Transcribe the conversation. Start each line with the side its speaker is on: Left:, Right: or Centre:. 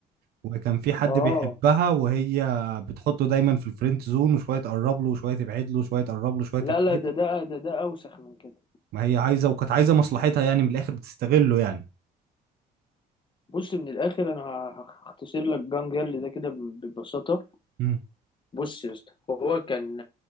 Right: وكان في حد
Left: اه
Right: بيحبها وهي بتحطه دايما في الفريند زون وشوية تقرب له وشوية تبعد له وشوية تقرب له وشوية
Left: لا
Right: تبعد
Left: لا ده
Right: له
Left: ده ده ده اوسخ من كده
Right: ما هي عايزة وكانت عايزة مصلحتها يعني من الاخر بتستغله يعني
Left: بص من الاخر انا هخ- هختصر لك جان جيرل ده كده ب- ببساطه
Right: امم
Left: بص يا اسطى هو كان